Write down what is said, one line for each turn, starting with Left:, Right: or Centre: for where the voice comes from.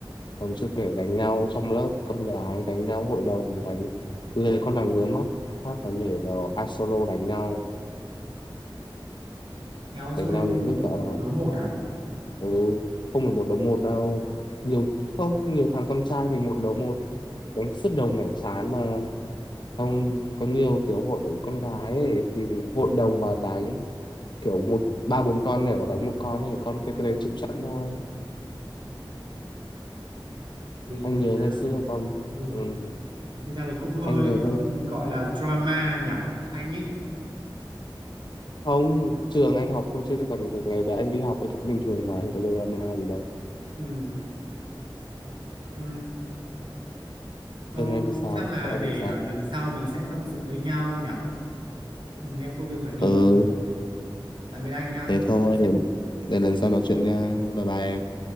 Left: còn chưa kể đánh nhau trong lớp con gái đánh nhau hội đồng đánh lề con nào ngứa mắt phát là nhảy vào a solo đánh nhau
Right: Eo hay
Left: đánh
Right: solo
Left: nhau đến
Right: kiểu
Left: mức gọi
Right: một
Left: là
Right: đấu một à
Left: ừ, không phải một đấu một đâu nhiều không nhiều thằng con trai thì một đấu một đánh sứt đầu mẻ trán mà không có nhiều kiểu hội con gái ấy, thì hội đồng mà đánh kiểu một ba bốn con nhảy vào đánh một con này con kia cái đấy chịu sẵn thôi
Right: thì
Left: anh
Right: thì
Left: nhớ
Right: ra
Left: ngày xưa
Right: là,
Left: không
Right: ừ,
Left: ừ.
Right: thì ra là cũng hơi
Left: anh nhớ
Right: ờ, gọi là drama nhỉ anh ấy
Left: không trường anh học thôi chứ còn được ngày đấy anh đi học anh cũng bình thường mà không có drama gì đâu
Right: ừ. Ừ. thôi
Left: trường em thì sao
Right: chắc là
Left: chỗ em
Right: để
Left: thì sao
Right: ờ, lần sau mình sẽ tâm sự với nhau nhỉ ừ, em có việc phải đi
Left: Ừ,
Right: rồi tạm biệt anh nhá
Left: thế thôi, để, để lần sau nói chuyện nha. Bye bye em.